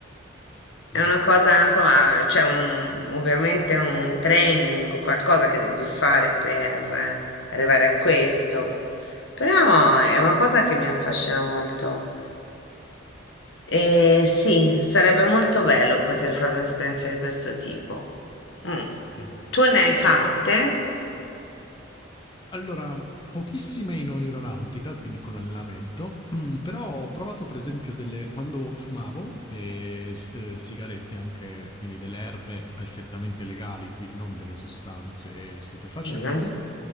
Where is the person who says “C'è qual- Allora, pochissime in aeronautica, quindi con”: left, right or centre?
Left